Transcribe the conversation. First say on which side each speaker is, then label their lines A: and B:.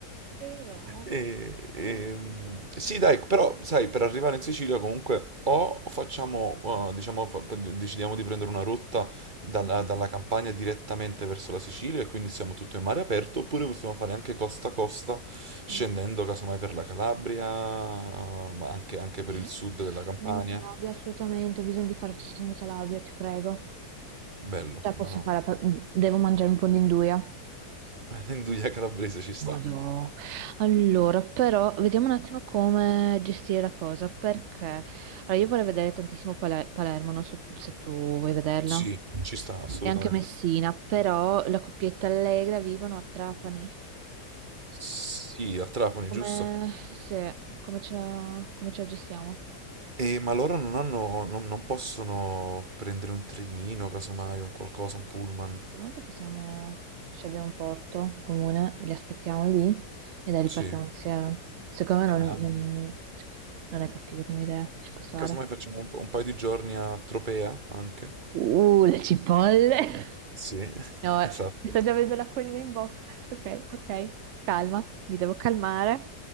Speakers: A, on the right; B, on the right.
A: Però,
B: E-
A: allora,
B: e, mm, sì, dai, però sai, per arrivare in Sicilia comunque o facciamo, eh, diciamo, fa- decidiamo di prendere una rotta dalla,
A: mm,
B: dalla Campania direttamente verso la Sicilia e quindi siamo tutto in mare aperto, oppure possiamo fare anche costa a costa, scendendo
A: mm,
B: casomai per la Calabria, eh, ma anche, anche
A: sì.
B: per il sud della Campania.
A: Uh, Calabria, assolutamente, ho bisogno di fare stagione di Calabria, ti prego.
B: Bello,
A: Cioè,
B: no,
A: posso
B: no.
A: fare, pa- mm, devo mangiare un po' di induia.
B: <laughs> Induja calabrese ci
A: Madò.
B: sta.
A: Allora, però, vediamo un attimo come gestire la cosa, perché allora, io vorrei vedere tantissimo Pale- Palermo, non so se tu vuoi vederla,
B: Sì, ci sta assolutamente.
A: e anche Messina, però la coppietta Allegra vivono a Trapani.
B: Sì, a Trapani,
A: Come,
B: giusto?
A: se, come ce la, come ce la gestiamo?
B: E, ma loro non hanno, non, non possono prendere un trenino, casomai, un qualcosa, un pullman.
A: Sì, effettivamente possiamo scegliere un porto comune e li aspettiamo lì e da lì
B: Sì.
A: partiamo
B: Eh,
A: insieme. Secondo me
B: anche.
A: non, non- sì, non è cattiva come idea, ci può stare.
B: casomai facciamo un, po- un paio di giorni a Tropea anche.
A: Uh, le cipolle! <laughs>
B: Sì, <laughs>
A: No,
B: esatto.
A: mi sta già vedendo l'acquolina in bocca. Ok, ok, calma, mi devo calmare.